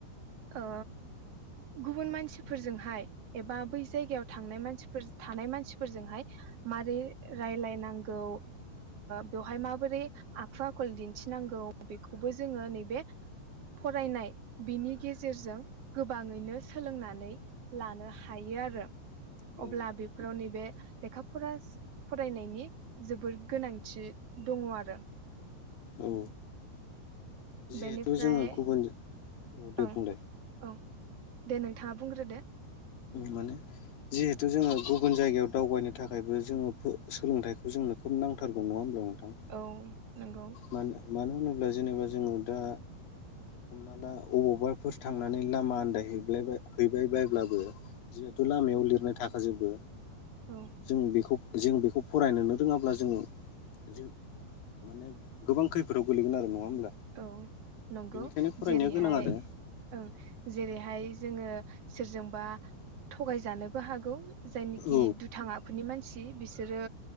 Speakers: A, on the right; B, on the left.
A: ओ गुबुन मानसिफोरजोंहाय एबा बै जायगायाव थांनाय मानसिफोर थानाय मानसिफोरजोंहाय मारै रायलायनांगौ बेवहाय ओ माबोरै आखु आखल दिन्थिनांगौ बेखौबो जोङो नैबे फरायनाय बिनि गेजेरजों गोबाङैनो सोलोंनानै लानो हायो आरो
B: औ
A: अब्ला बेफोराव नैबे लेखा फरा फरायनायनि जोबोर गोनांथि दङ आरो
B: औ जिहेथु
A: बेनिफ्राय
B: जोङो गुबुन औ दे
A: ओं
B: बुंलाय
A: औ दे नोंथाङा बुंग्रो दो
B: माने जिहेथु जोङो गुबुन जायगायाव दावबायनो थाखायबो जोङो सोलोंथाइखौ जोंनो खोब नांथारगौ नङा होमब्ला नोंथां
A: औ नंगौ
B: मानो मानो होनो जेनेबा जोङो दा हमना ला अबावबाफोर थांनानै लामा आन्दायहैयबाय हैबायबायब्लाबो जिहेथु लामायाव लिरनाय थाखाजोबो
A: औ
B: जों बेखौ जों बेखौ फरायनोनो रोङाब्ला जों जों माने गोबां खैफोदाव गोलैगोन आरो नङा होमब्ला
A: औ नं नंगौ
B: बिनिखायनो फरायनाया
A: जेरैहाय
B: गोनां आरो
A: ओं जेरैहाय जोङो सोरजोंबा थगायजानोबो हागौ जायनिखि
B: औ
A: दुथां आखुनि मानसि बिसोरो